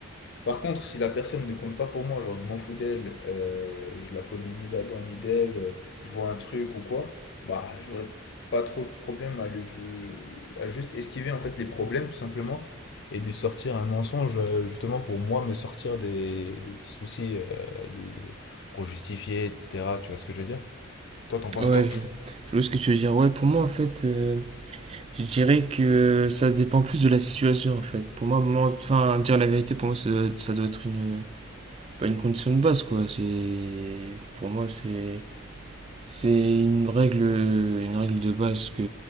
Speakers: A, on the left; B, on the right.
A: Par contre, si la personne ne compte pas pour moi, genre je m'en fous d'elle, euh, je la connais ni d'Adam ni d'Ève, euh, je vois un truc ou quoi, bah j'aurais pas trop de problème à lui à juste esquiver en fait les problèmes tout simplement et lui sortir un mensonge euh, justement pour moi me sortir des, des petits soucis euh, de, de- pour justifier etc. Tu vois ce que je veux dire? Toi t'en penses
B: Ouais,
A: quoi?
B: je, je vois ce que tu veux dire. Ouais, pour moi, en fait, euh, je dirais que ça dépend plus de la situation, en fait. Pour moi, ment- enfin, dire la vérité, pour moi, ça doit, ça doit être une pas une condition de base, quoi. C'est, pour moi, c'est, c'est une règle, une règle de base que,